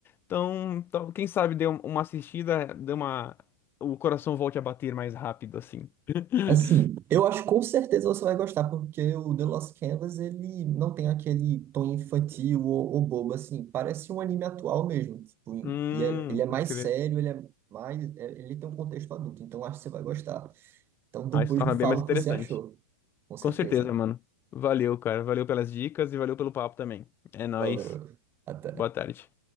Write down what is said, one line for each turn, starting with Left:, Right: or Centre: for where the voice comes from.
Left: Então, então, quem sabe dê um- uma assistida, dê uma, o coração volte a bater mais rápido assim. <laughs>
Right: Assim, eu acho que com certeza você vai gostar, porque o The Lost Canvas, ele não tem aquele tom infantil ou, ou bobo, assim, parece um anime atual mesmo, tipo,
Left: Hum,
Right: e é- ele é mais
Left: pode crer.
Right: sério, ele é mais, é- ele tem um contexto adulto, então acho que você vai gostar. Então depois
Left: Aí se torna
Right: me fala
Left: bem mais
Right: o
Left: interessante.
Right: que você achou, com certeza.
Left: Com certeza, mano. Valeu, cara. Valeu pelas dicas e valeu pelo papo também. É nóis.
Right: Valeu, até.
Left: Boa tarde.